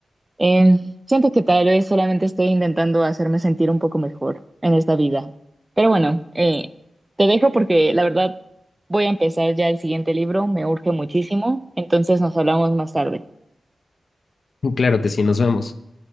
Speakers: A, on the right; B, on the left.
A: Eh, siento que tal vez solamente estoy intentando hacerme sentir un poco mejor en esta vida. Pero bueno, eh, te dejo porque la verdad voy a empezar ya el siguiente libro, me urge muchísimo, entonces nos hablamos más tarde.
B: <laughs> Claro que sí, nos vemos.